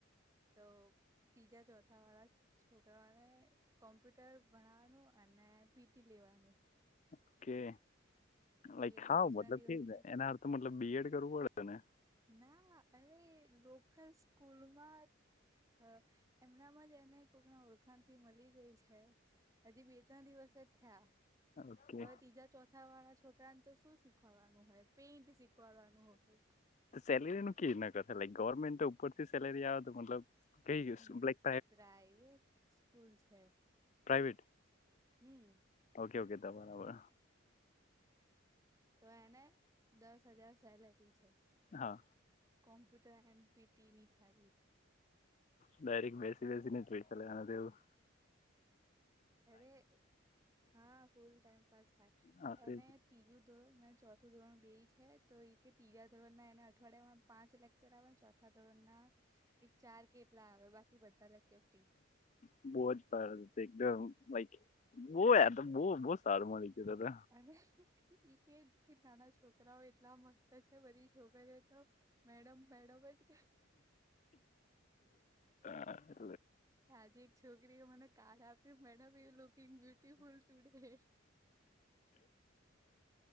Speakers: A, on the right; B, on the left.
A: તો ત્રીજા ચોથા વાળા છોકરાઓને કોમ્પ્યુટર ભણવાનું અને હ પીટી લેવાનું
B: ઓકે લક
A: એ
B: હા
A: બે
B: મતલબ
A: ત્રણ દિવસથી
B: કે એના અર્ તો મતલબ બીએડ રને
A: ના અરે લોકલ સ્કૂલમાં હા એમનામાં જ એને કોકના ઓળખાણ થી મળી ગઈ છે હજી બે ત્રણ દિવસ જ થયા
B: ઓકે
A: હવે ત્રીજા ચોથા વાળા છોકરા ત તો શું શીખવાનું હોય પેઇન્ટ શીખવાડવાનું હોય
B: સેલેરીનું કે ન કર ગવર્મેન્ટ ઉપરથી સેલેરી આવે તો મતલબ કઈક
A: હમ પ્રાઈવેટ સ્કૂલ છે
B: પ્રાઈવેટ
A: હમ
B: ઓકે ઓકે ત બરાબર
A: તો એને દસ હજાર સેલરી છે.
B: હા
A: કોમ્પ્યુટર એમપીટીની ખાલી.
B: ડાયરેક બેસી બેસીને જ પૈસા લેવાના તેવું.
A: અરે હા ફૂલ ટાઈમ પાસ થાય
B: હા તે
A: એને તીજું ધોરણ ને ચો થું ધોરણ બેય છે તો એ કે ત્રીજા ધોરણ ના એના અઠવાડિયામાં પાંચ લેક્ચર આવે છે. ચોથા ધોરણ ના એક ચાર કેટલા આવે બાકી બધા લેક્ચર ફ્રી.
B: બોજ <unintelligible> બઈખ બો આતો બો બો સારું મળી ગયું
A: અને ઈ કે કે નાના છોકરાઓ એટલા મસ્ત છે બધી છોકરીઓ તો મેડમ મેડમ જ કે.
B: હા.
A: આજે એક છોકરીએ મને કાર્ડ આપ્યુ મેડમ એ લોક બ્યુટિફુલ ટુડે.